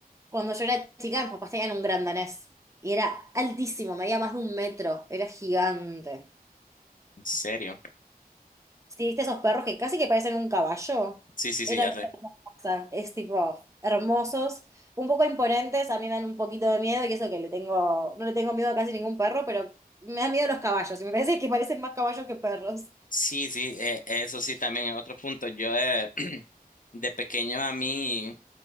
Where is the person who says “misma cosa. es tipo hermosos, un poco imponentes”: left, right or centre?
Right